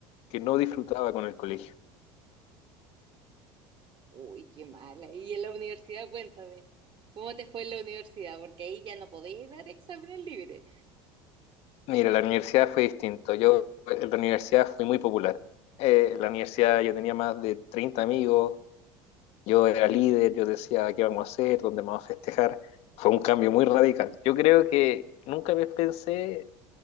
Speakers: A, on the left; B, on the right.
A: que no disfrutaba con el colegio.
B: Uy, qué mala. Y en la universidad, cuéntame, ¿cómo te fue en la universidad? Porque ahí ya no podéis dar exámenes libres.
A: Mira, la universidad fue distinto, yo en la universidad fui muy popular. Eh, en la universidad yo tenía más de treinta amigos, Yo era líder, yo decía qué vamos a hacer, dónde vamos a festejar. Fue un cambio muy radical. Yo creo que nunca me pensé